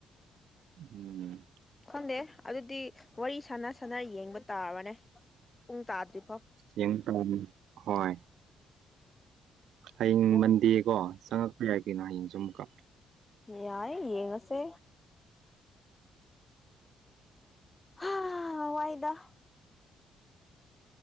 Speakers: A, on the right (about 75°); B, on the left (about 15°).
A: ꯎꯝ
B: ꯈꯪꯗꯦ ꯑꯗꯨꯗꯤ ꯋꯥꯔꯤ ꯁꯥꯟꯅ ꯁꯥꯟꯅ ꯌꯦꯡꯕ ꯇꯥꯔꯕꯅꯦ ꯄꯨꯡ ꯇꯥꯗ꯭ꯔꯤꯐꯥꯎ
A: ꯌꯦꯡ ꯍꯣꯏ ꯍꯌꯦꯡ
B: ꯄꯨꯡ
A: ꯃꯟꯗꯦꯀꯣ ꯆꯪꯉꯛꯄ ꯌꯥꯏ ꯀꯩꯅꯣ ꯍꯌꯦꯡꯁꯨ ꯑꯃꯨꯛꯀ
B: ꯌꯥꯏ ꯌꯦꯡꯉꯁꯦ ꯑ ꯋꯥꯏꯗ